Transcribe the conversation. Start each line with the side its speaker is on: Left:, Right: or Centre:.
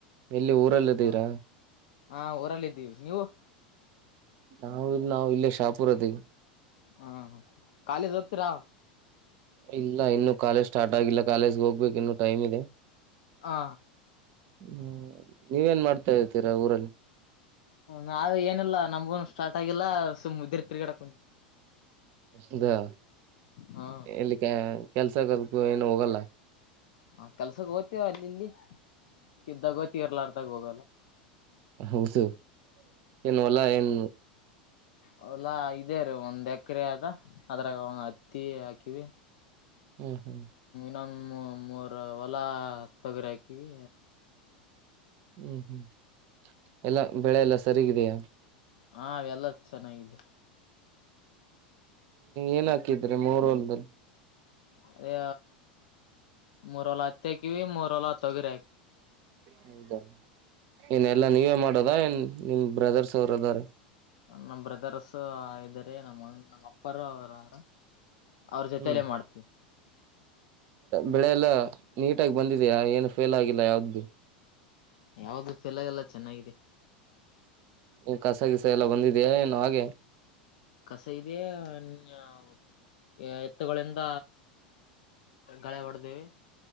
Right: ಎಲ್ಲಿ ಊರಲ್ಲದೀರಾ
Left: ಹೌದ ಹಾ ಊರಲ್ಲಿದ್ದೀವಿ ನೀವು.
Right: ನಾವು ಇಲ್ ನಾವು ಇಲ್ಲೇ ಶಾಪುರ ಆದ್ವಿ.
Left: ಹ್ಮಹ್ ಕಾಲೇಜ್ ಹೋಗ್ತೀರಾ.
Right: ಇಲ್ಲ ಇನ್ನು ಕಾಲೇಜ್ ಸ್ಟಾರ್ಟ್ ಆಗಿಲ್ಲ ಕಾಲೇಜ್ಗೆ ಹೋಗ್ಬೇಕು ಇನ್ನು ಟೈಮ್ ಇದೆ.
Left: ಹಾ
Right: ಹ್ಮ ನೀವೇನ್ ಮಾಡ್ತಾ ಇದ್ದೀರಾ ಊರಲ್ಲಿ.
Left: ನಾವ್ ಏನಿಲ್ಲಾ ನಮಗೂನು. ಸ್ಟಾರ್ಟ್ ಆಗಿಲ್ಲ ಸುಮ್ ಉದ್ದಿರಿ ತಿರ್ಗಡಕುಂತವಿ.
Right: ಇದೆ
Left: ಹಾ
Right: ಎಲ್ಲಿ ಕೆಲ್ಸ <unintelligible> ಗ ಏನು ಹೋಗಲ್ಲ.
Left: ಹ ಕೆಲ್ಸಕ್ಕೆ ಹೋಗ್ತೇವ ಅಲ್ಲಿ ಇಲ್ಲಿ. ಕಿದ್ದಾಗೋತಿವಿ ಇರ್ಲಾರತಾಗ ಹೋಗಲ್ಲ.
Right: ಹೌಸು ಏನು ವಲ್ಲ ಏನ.
Left: ಹೊಲ ಇದೆ ರೀ ಒಂದ್ ಎಕರೆ ಅದ. ಅದರಗ ಅತ್ತಿ. ಕಿವಿ.
Right: ಹ್ಮ್ ಹ್ಮ್
Left: ನಮ್ಮ ಮೂರ ಹೊಲ ತೊಗರಿ ಹಾಕಿವಿ.
Right: ಹ್ಮ್ ಹ್ಮ್ ಎಲ್ಲ ಬೆಳೆ ಎಲ್ಲ ಸರಿಗಿದ್ಯ.
Left: ಹ ಅವೆಲ್ಲ ಚೆನ್ನಾಗಿದೆ.
Right: ಏನ್ ಹಾಕಿದ್ರಿ ಮೂರೊಲದಲ್ಲಿ.
Left: ಅದೇ ಮೂರೊಲ ಹತ್ತಿ ಹಾಕಿವಿ ಮೂರೊಲ ತೊಗರಿ ಹಾಕಿ
Right: ಹೌದ ಏನ್ ಎಲ್ಲಾ ನೀವೇ ಮಾಡೋದಾ ಏನ್ ನಿಮ ಬ್ರದರ್ಸ್ ಅವ್ರ ಅದಾರ.
Left: ನಮ್ಮ್ ಬ್ರದರ್ಸ್ ಇದಾರೆ ನಮ್ಮ ನಮ್ಮ್ ಅಪ್ಪಾರ ಅವರಾರ. ಅವ್ರ ಜೊತಲ್ಲೇ
Right: ಹ್ಮ್
Left: ಮಾಡ್ತಿನಿ.
Right: ಬೆಳೆ ಎಲ್ಲಾ ನೀಟಾಗಿ ಬಂದಿದ್ಯಾ ಏನು ಫೇಲ್ ಆಗಿಲ್ಲ ಯಾವ್ದು.
Left: ಯಾವ್ದು ಫೆಲ್ ಆಗಿಲ್ಲ ಚೆನ್ನಾಗಿದೆ.
Right: ಏನ್ ಕಸಗಿಸ ಎಲ್ಲ ಬಂದಿದ್ಯಾ ಏನು ಹಾಗೆ.
Left: ಕಸ ಇದೆ ಇನ್ಯಾವ್. ಎತ್ತುಗೊಳ್ಳಿಂದ ಗಳೆ ಹೊಡ್ದೇವಿ.